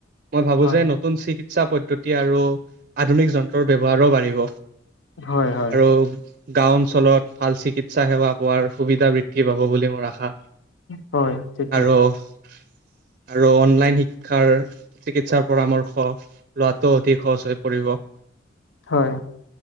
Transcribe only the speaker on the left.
হয়
হয় হয়
হয় ঠিকেই।
হয়।